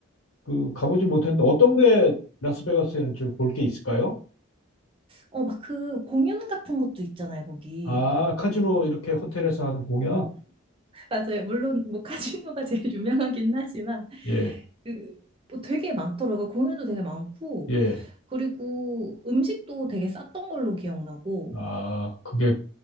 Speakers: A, on the left; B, on the right.
A: 그 가보질 못했는데 어떤 게 라스베가스에는 주로 볼 게 있을까요?
B: 어, 막 그 공연 같은 것도 있잖아요, 거기.
A: 아 카지노 이렇게 호텔에서 하는 공연?
B: 맞아요. 물론 뭐 카지노가 제일 <laughs> 유명하긴 하지만
A: 예,
B: 그, 뭐 되게 많더라고요. 공연도 되게 많고,
A: 예.
B: 그리고 음식도 되게 쌌던 걸로 기억나고.
A: 아 그게